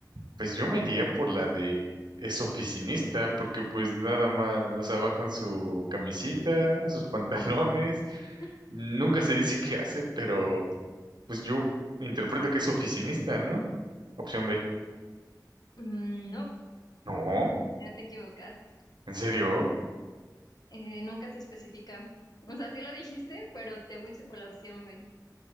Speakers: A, on the right (about 85°); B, on the left (about 60°).
A: Pues yo me iría por la de es oficinista, porque pues nada más, o sea, va con su camisita, sus <laughs> pantalones.
B: <gasps>
A: Nunca se dice qué hace, pero pues yo interpreto que es oficinista, ¿no? Opción B.
B: Mm, no,
A: No,
B: ya te equivocaste.
A: ¿en serio?
B: Eh, nunca se especifica. O sea, sí lo dijiste, pero te fuiste por la opción B.